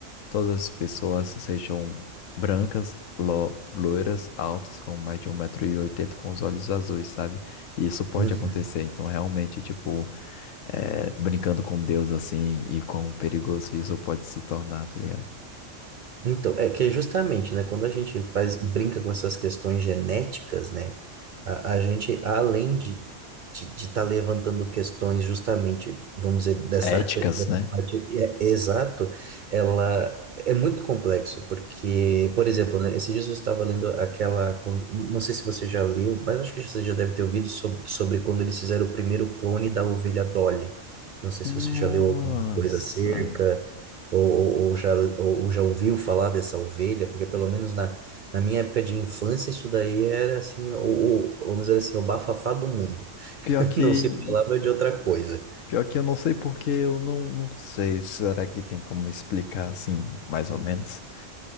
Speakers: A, on the left; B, on the right.
A: Todas as pessoas sejam brancas, lo- loiras, altas, com mais de um metro e oitenta com os olhos azuis, sabe? E isso pode
B: Uhum.
A: acontecer. Então, realmente, tipo, é, brincando com Deus assim e quão perigoso isso pode se tornar, tá ligado?
B: Então, é que é justamente, né, quando a gente faz, brinca com essas questões genéticas, né, a, a gente, além de de estar levantando questões justamente, vamos dizer, dessa,
A: Éticas,
B: que- dessa
A: né?
B: parte, é, é exato, ela é muito complexo, porque, por exemplo, né, esses dias eu estava lendo aquela, quando- não sei se você já leu, mas acho que você já deve ter ouvido sobre, sobre quando eles fizeram o primeiro clone da ovelha Dolly. Não sei
A: Nossa.
B: se você já leu alguma coisa acerca. Ou, ou, ou já, ou, ou já ouviu falar dessa ovelha? Porque pelo menos na, na minha época de infância, isso daí era assim, o, o- vamos dizer assim, o bafafá do mundo.
A: Pior
B: <laughs>
A: que,
B: Não se falava de outra coisa.
A: pior que eu não sei porque eu não, não sei. Será que tem como explicar assim, mais ou menos?